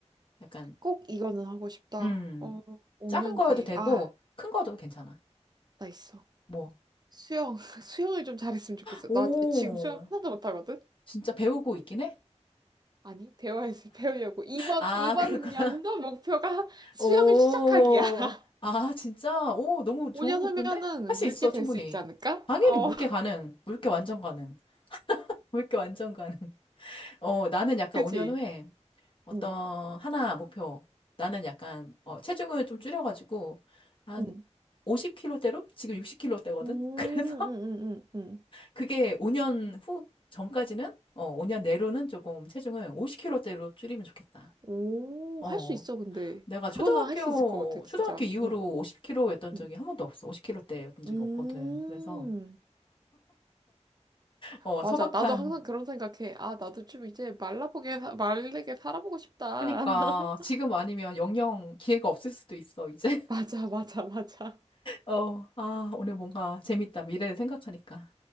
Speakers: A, on the left; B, on the right.
A: 약간,
B: 꼭 이거는 하고 싶다.
A: 음.
B: 어, 5년
A: 작은 거여도
B: 뒤에.
A: 되고,
B: 아,
A: 큰 거도 괜찮아.
B: 나 있어.
A: 뭐.
B: 수영, <laughs> 수영을 좀 잘했으면 좋겠어.
A: 오.
B: 나 지금 수영 하나도 못하거든?
A: 진짜 배우고 있긴 해?
B: 아니, 배워야지, <laughs> 배우려고. 이번,
A: 아,
B: 이번
A: <laughs> 그렇구나.
B: 연도 목표가 수영을
A: 오.
B: 시작하기야. <laughs>
A: 아, 진짜? 오, 너무 좋은
B: 5년
A: 목표인데?
B: 후면은
A: 할 수
B: 물게
A: 있어,
B: 될
A: 충분히.
B: 수 있지 않을까?
A: 당연히
B: 어.
A: 물개 가능. 물개 완전 가능. 물개 완전 가능. 어, 나는 약간
B: 그치?
A: 5년 후에 어떤
B: 응,
A: 하나 목표. 나는 약간 어, 체중을 좀 줄여가지고 한
B: 응.
A: 50kg대로 지금 60kg대거든.
B: 음, 음,
A: <laughs> 그래서
B: 음, 음, 음.
A: 그게 5년 후 전까지는 어, 5년 내로는 조금 체중을 50kg대로 줄이면 좋겠다.
B: 오,
A: 어.
B: 할 수 있어, 근데.
A: 내가
B: 그거는
A: 초등학교
B: 할 수 있을 것 같아, 진짜.
A: 초등학교 이후로
B: 응,
A: 50kg였던 적이
B: 응.
A: 한 번도 없어. 50kg대였던 적이
B: 음,
A: 없거든. 그래서 어,
B: 맞아.
A: 소박한
B: 나도 항상 그런 생각해. 아, 나도 좀 이제 말라보게, 사- 마르게 살아보고 싶다.
A: 그니까
B: <laughs>
A: 지금 아니면 영영 기회가 없을 수도 있어, 이제.
B: 맞아, 맞아, 맞아.
A: 어, 아, 오늘 뭔가 재밌다. 미래를 생각하니까.